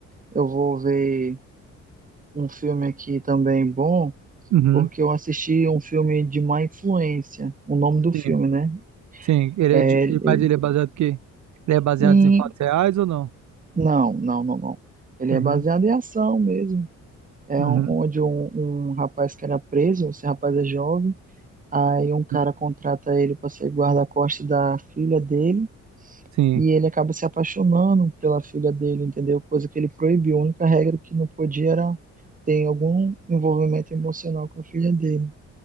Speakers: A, on the right; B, on the right.
A: Eu vou ver um filme aqui também bom.
B: Uhum.
A: porque eu assisti um filme de má influência. O nome do filme,
B: Sim,
A: né?
B: sim. Ele
A: É,
B: é de, ele-
A: é-
B: mas ele é baseado em quê? Ele é baseado
A: e-
B: em fatos reais ou não?
A: não, não, não, não. Ele
B: Uhum.
A: é baseado em ação mesmo. É
B: Uhum.
A: um- onde um, um rapaz que era preso, esse rapaz é jovem, aí um cara
B: uhum.
A: contrata ele para ser guarda-costas da filha dele.
B: Sim.
A: E ele acaba se apaixonando pela filha dele, entendeu? Coisa que ele proibiu. A única regra que não podia era ter algum envolvimento emocional com a filha dele.